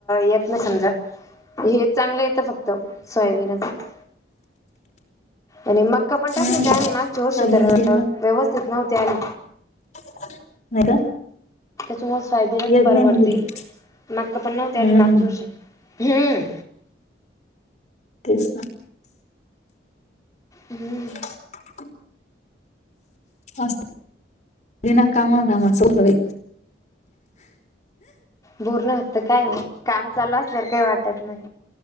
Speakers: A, on the left; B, on the left.
A: येत नसल गं हे चांगलं येत फक्त, तर सोयाबीन असत. आणि मक्का पण टाकले
B: हम्म
A: ते आम्ही मागच्या वर्षी
B: सोयाबीनच
A: तर व्यवस्थित नव्हते आले.
B: नाही का.
A: तुम्हाला सोयाबीनच
B: येत
A: परवडते.
B: नाही म्हणजे ते
A: मक्का पण नव्हती आली
B: हम्म
A: मागच्या वर्षी. हम्म.
B: तेच की,
A: हम्म.
B: <inaudible> असं बिना कामा धामाचे होय.
A: बोर नव्हत. काय मग काम चालू असल्यावर काही वाटत नाही.